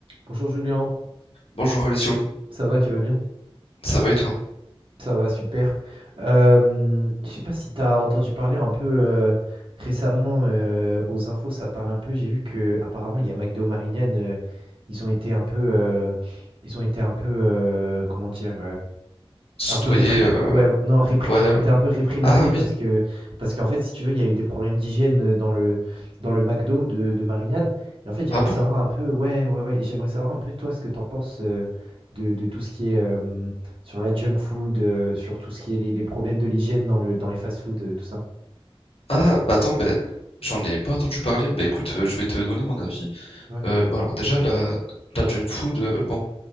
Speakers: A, on the right (about 60°); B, on the left (about 70°).
A: Bonjour Julien,
B: Bonjour Alessio,
A: ça va, tu vas bien?
B: ça va et toi?
A: Ça va, super. Euh, je sais pas si tu as entendu parler un peu euh, récemment euh, aux infos, ça parle un peu. J'ai vu que apparemment il y a McDo Marignane, euh, ils ont été un peu, euh, ils ont été un peu, euh, comment dire,
B: Soudoyer,
A: Un peu réprim
B: euh,
A: ouais, non, répri
B: ouais,
A: ils ont
B: ouais.
A: été un peu réprimandés
B: Ah oui,
A: parce que parce qu'en fait, si tu veux, il y a eu des problèmes d'hygiène, heu, dans le dans le McDo de de Marignane et en fait, j'aimerais
B: ah bon?
A: savoir un peu ouais, ouais, ouais, et j'aimerais savoir un peu toi ce que t'en penses, heu, de de tout ce qui est, hem, sur la junk food, heu, sur tout ce qui est les les problèmes de l'hygiène dans le dans les fast-food, heu, tout ça?
B: Ah bah attends, ben j'en ai pas entendu parler, bah écoute, euh, je vais te donner mon avis.
A: Ouais.
B: Euh, bah alors déjà, la, la junk food, euh, bon,